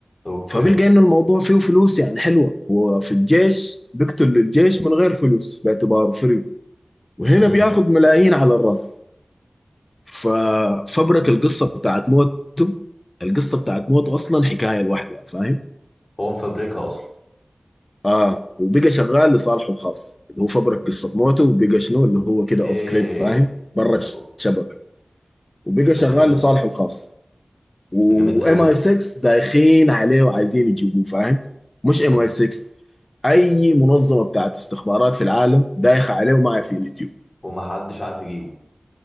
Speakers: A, on the left (about 60°); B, on the left (about 35°).
A: اوكي
B: فبيلقى انه الموضوع فيه فلوس يعني حلوه هو في الجيش بيقتل للجيش من غير فلوس باعتباره فري وهنا
A: امم
B: بياخد ملايين على الراس ففبرة القصه بتاعت موته القصه بتاعت موته اصلا حكايه لوحدها فاهم
A: هو مفبركها اصلا
B: اه وبقى شغال لصالحه الخاص اللي هو فبرك قصه موته وبقى شنو اللي هو كده
A: اوكي
B: اوف جريد فاهم برا
A: أو-
B: الشبكه وبقى شغال
A: ده جامد
B: لصالحه
A: ده
B: الخاص وام
A: ده جامد قوي
B: اي 6 دايخين عليه وعايزين يجيبوه فاهم مش ام اي
A: أو-
B: 6 اي منظمه بتاعت استخبارات في العالم دايخه عليه وما عارفين يجيبوه
A: ومحدش عارف يجيبه